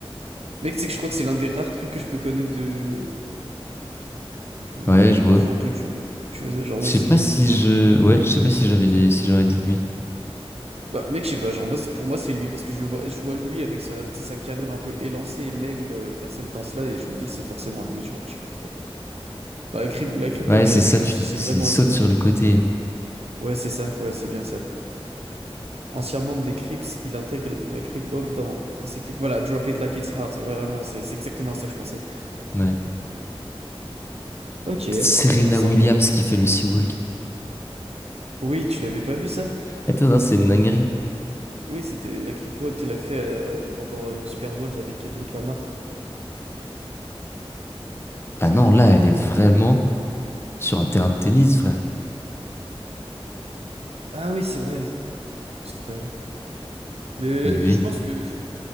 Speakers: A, on the right; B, on the left.
A: Mec, c'est que je crois que c'est l'un des rares trucs que je peux connaître de. de.
B: Ouais, je
A: de-
B: vois.
A: Enfin, un peu du. Tu vois, genre, en
B: Je
A: mode,
B: sais
A: c'est.
B: pas si
A: je-
B: je. Ouais, je sais pas si j'avais si j'aurais dit lui.
A: Bah, mec, je sais pas, genre, moi, c'est- pour moi, c'est lui, parce que je le vois, je vois lui avec sa, tu sais, sa carrure un peu élancée et maigre euh, faire cette danse-là, et je me dis que c'est forcément lui, genre, je sais pas pourquoi. Bah, la, Crip- la Cripple,
B: Ouais,
A: que
B: c'est
A: j'a-
B: ça,
A: je l'associe
B: tu
A: vraiment
B: il saute
A: à Snoop
B: sur
A: Dogg,
B: le côté.
A: genre. Ouais, c'est ça, ouais, c'est bien ça. Ancien membre des Crips, il intègre la Crip Walk dans, dans ses clips. Voilà, Drop It Like It's Hot, ouais, vraiment, c'est c'est exactement à ça que je pensais.
B: Ouais.
A: Ok,
B: Serena
A: bah, sympa.
B: Williams qui fait le sea walk.
A: Oui, tu l'avais pas vu ça?
B: Attends, non, c'est une dinguerie.
A: Oui, c'était la creepwalk qu'elle a fait euh, pendant le Super Bowl avec Kendrick Lamar.
B: Ah non, là, elle est vraiment sur un terrain de tennis, frère.
A: Ah oui, c'est vrai, c'était pas elle. Mais
B: Eh oui.
A: je pense que,